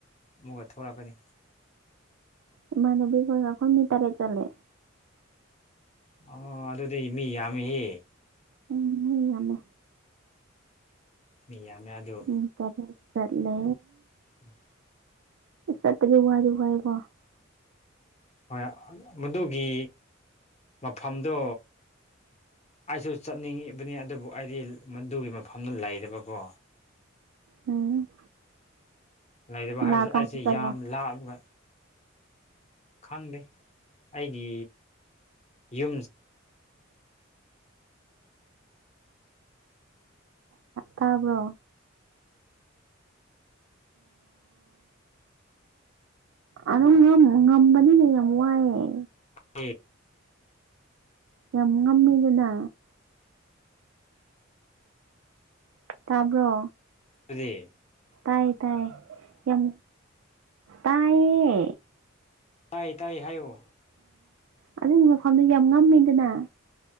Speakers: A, on the left; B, on the right.
A: ꯑꯃꯨꯛꯀ ꯊꯂꯛꯀꯅꯤ
B: ꯏꯃꯥꯟꯅꯕꯤ ꯀꯈ ꯃꯤ ꯇꯔꯦ ꯆꯂꯦ
A: ꯑ ꯑꯗꯨꯗꯤ ꯃꯤ ꯌꯥꯝꯍ
B: ꯎꯝ ꯍ ꯌꯥꯃꯦ
A: ꯃꯤ ꯌꯥꯝꯃꯦ ꯑꯗꯨ
B: ꯃꯤ ꯇꯔꯦꯠ ꯆꯠꯂꯦ
A: ꯎꯝ
B: ꯁꯇꯒꯤ ꯑꯖ ꯑꯣꯏꯏꯒꯣ
A: ꯍꯣꯏ ꯃꯗꯨꯒꯤ ꯃꯐꯝꯗꯣ ꯑꯩꯁꯨ ꯆꯠꯅꯤꯡꯉꯤꯕꯅꯤ ꯑꯗꯨꯕꯨ ꯑꯩꯗꯤ ꯃꯗꯨꯒꯤ ꯃꯐꯝꯗꯨ ꯂꯩꯔꯕꯀꯣ
B: ꯎꯝ
A: ꯂꯩꯔꯤꯕ ꯍꯥꯏꯕꯁꯦ
B: ꯂꯥꯛꯀꯥꯟꯗ
A: ꯑꯩꯁꯦ
B: ꯆꯠꯂꯣ
A: ꯌꯥꯝ ꯂꯥꯞꯕ ꯈꯪꯗꯦ ꯑꯩꯒꯤ ꯌꯨꯝꯁ
B: ꯇꯥꯕ꯭ꯔꯣ
A: ꯑ <inaudible>
B: ꯑꯣ <inaudible> ꯉꯝꯕꯅꯤꯅꯦ ꯌꯥꯝ ꯋꯥꯏꯑꯦ
A: ꯝ <inaudible>
B: ꯌꯥꯝ ꯉꯃꯤꯗꯅ ꯇꯥꯕ꯭ꯔꯣ
A: ꯑꯗꯨꯗꯤ
B: ꯇꯥꯏ ꯇꯥꯏ ꯌꯥꯝ ꯇꯥꯏꯌꯦ
A: ꯇꯥꯏ ꯇꯥꯏꯌꯦ ꯍꯥꯏꯌꯨ
B: ꯎ ꯑꯗꯨꯒꯤ ꯃꯐꯝꯗꯨ ꯌꯥꯝ ꯉꯝꯃꯦꯗꯅ